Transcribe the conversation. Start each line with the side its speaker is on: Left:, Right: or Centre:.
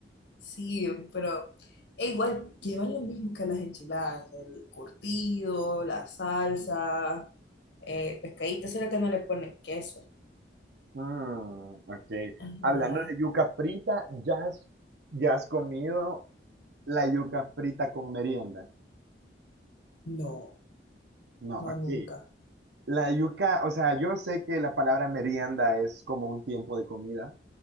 Left: Sí, pero e igual llevan lo mismo que las enchiladas, el curtido, la salsa, eh, pescadito, solo que no le ponen queso.
Right: Mm, ok.
Left: Ajá.
Right: Hablando de yuca frita, ¿ya has, ya has comido la yuca frita con merienda?
Left: No,
Right: No,
Left: no,
Right: ok.
Left: nunca.
Right: La yuca, o sea, yo sé que la palabra merienda es como un tiempo de comida,